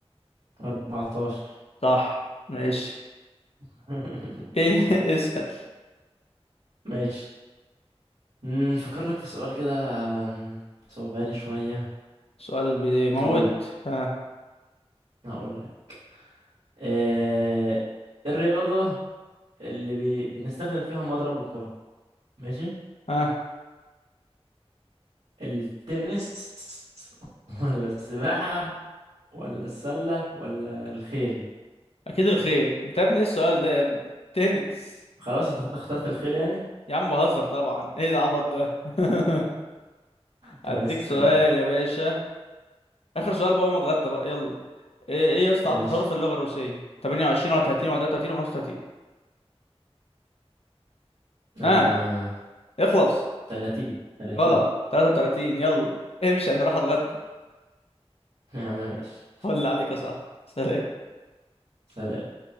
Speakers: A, on the right; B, on the left.
A: 14
B: صح ماشي
A: <laughs>
B: ايه <laughs> اسأل
A: ماشي نفكر لك في سؤال كده أم، صعباني شوية
B: سؤال بيموت
A: هقول
B: ها
A: هقول لك آه إيه الرياضة اللي بي... بنستخدم فيها مضرب وكرة ماشي
B: ها
A: التنس <laughs> ولا السباحة ولا السلة ولا الخيل
B: اكيد الخيل انت يا ابني ايه السؤال ده يا ابني تنس
A: خلاص انت اخترت الخيل يعني
B: يا عم بهزر طبعا ايه العبط ده <laughs>
A: طب
B: هديك
A: اسأل
B: سؤال
A: يا عم
B: يا باشا اخر سؤال بقى وما اتغدى بقى يلا ايه ايه يا اسطى
A: ماشي
B: عدد حروف اللغة الروسية 28 ولا 30 ولا 33 ولا 35
A: آه...
B: ها اخلص
A: 30 30
B: غلط 33 يلا امشي انا هروح اتغدى
A: يا عم ماشي
B: ولا عليك يا صاحبي سلام
A: سلام